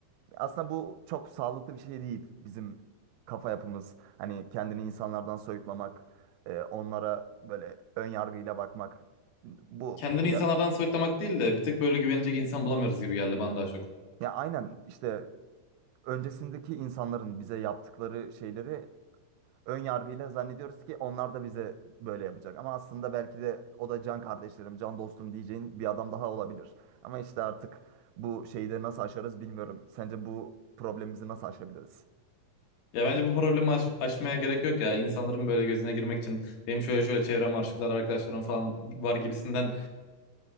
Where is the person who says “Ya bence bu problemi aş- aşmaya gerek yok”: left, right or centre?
Left